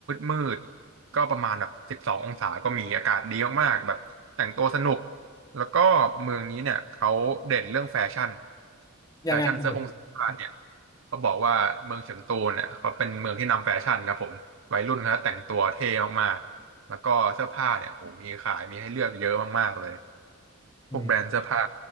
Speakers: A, on the right (about 60°); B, on the left (about 15°).
A: มืดๆก็ประมาณแบบสิบสององศาก็มีอากาศดีมากๆแบบแต่งตัวสนุกแล้วก็เมืองนี้เนี่ยเขาเด่นเรื่องแฟชั่น
B: ยังไงเอ่ย
A: แฟชั่นเสื้อผงเสื้อผ้าเนี่ย เขาบอกว่าเมืองเฉิงตูเนี่ยเขาเป็นเมืองที่นำแฟชั่นครับผมวัยรุ่นเขาแต่งตัวเท่มากๆแล้วก็เสื้อผ้าเนี่ยผมมีขายมีให้เลือกเยอะมากๆเลย
B: อืม
A: พวกแบรนด์เสื้อผ้า